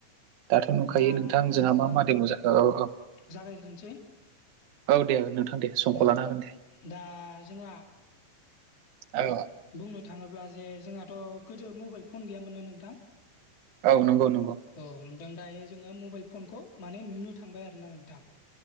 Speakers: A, on the right; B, on the left.
A: दाथ' नुखायो
B: दा
A: नोंथां जोंहा
B: आङो
A: मा माादेल' जाखो औ औ।
B: जागायग्रोनोसै
A: औ दे नोंथां दे। समखौ
B: औ
A: लानो हागोन दे
B: दा जोंहा
A: औ।
B: बुंनो थाङोब्ला जे जोंहाथ' गोदो मबाइल फन गैयामोन ना नोंथां।
A: औ नंगौ नंगौ।
B: औ नोंथां दायो जोङो मबाइल फनखौ माने नुनो थांबाय आरो ना नोंथां।